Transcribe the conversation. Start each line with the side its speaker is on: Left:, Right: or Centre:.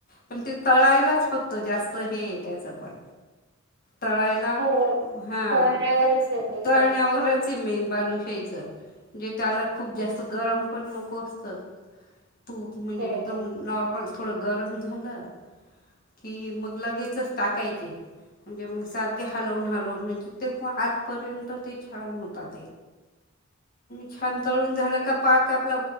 Left: पण ते तळायलाच फक्त जास्त हे त्याच पण.
Right: <unintelligible>
Left: तळायला
Right: हो हो.
Left: हा
Right: तळण्यावरच आहे ते सगळं
Left: तळल्यावर मेन बालूशाहीच म्हजे त्याला खूप जास्त गरम पण नको असत. तूप म्हणजे
Right: बरोबर
Left: एकदम नॉर्मल थोडं गरम झालं. कि मग लगेचच टाकायचे. म्हणजे मग सारखे हलवून हलवून ते नंतर छान होतात. छान तळून झालं का पाक आपला